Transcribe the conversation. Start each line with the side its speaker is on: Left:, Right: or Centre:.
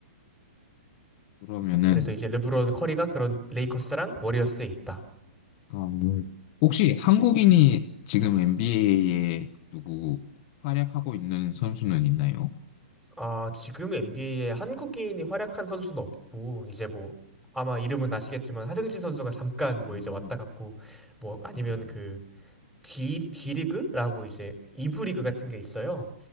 Left: 그러면은
Centre: 그래서 이제 르브론 커리가 그런 레이커스랑 워리어스에 있다.
Left: 음, 혹시 한국인이 지금 NBA에 누구 활약하고 있는 선수는 있나요?
Centre: 아, 지금 NBA에 한국인이 활약한 선수는 없고, 이제 뭐, 아마 이름은 아시겠지만, 하승진 선수가 잠깐
Left: 음,
Centre: 뭐 이제 왔다 갔고, 뭐 아니면
Left: 와.
Centre: 그, D, D리그라고 이제 이 부 리그 같은 게 있어요.